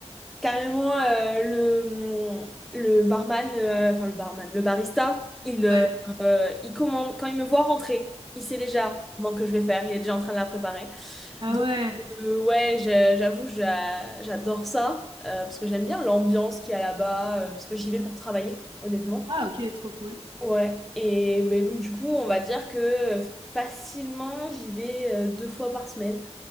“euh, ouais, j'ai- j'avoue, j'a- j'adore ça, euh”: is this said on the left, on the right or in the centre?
Centre